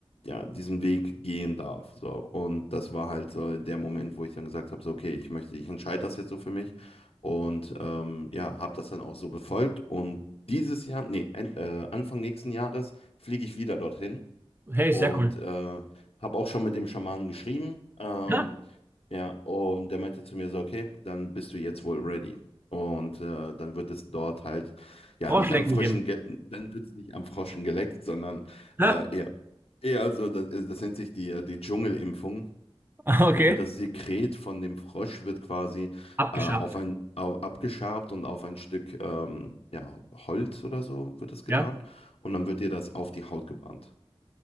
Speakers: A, on the left; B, on the right.
A: ja, diesen Weg gehen darf. So. Und das war halt so der Moment, wo ich dann gesagt habe, so, okay, ich möchte, ich entscheide das jetzt so für mich. Und ähm, ja, habe das dann auch so befolgt. Und dieses Jahr, nee, en- äh, Anfang nächsten Jahres fliege ich wieder dorthin.
B: Hey,
A: Und
B: sehr cool.
A: äh, habe auch schon mit dem Schamanen geschrieben. Ähm,
B: Ja,
A: ja, und der meinte zu mir so, okay, dann bist du jetzt wohl ready. Und äh, dann wird es dort halt, ja,
B: Froschlecken
A: nicht an Fröschen,
B: geben.
A: ge dann wird es nicht am Froschen geleckt, sondern
B: Ja,
A: äh, eher, eher so, das, ist- das nennt sich die, die Dschungelimpfung.
B: <laughs> okay.
A: Da wird das Sekret von dem Frosch wird quasi
B: Abgeschabt.
A: äh, auf ein, au, abgeschabt und auf ein Stück ähm, ja, Holz oder so wird das getan.
B: Ja,
A: Und dann wird dir das auf die Haut gebrannt.